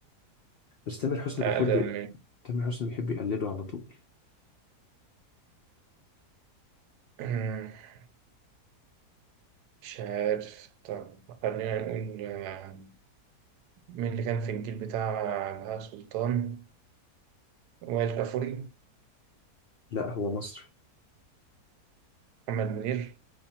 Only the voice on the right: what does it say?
أقدم
من
<clears throat> مش عارف طب خلينا نقول آه، مين اللي كان في الجيل بتاع بهاء سلطان وائل كفوري
محمد منير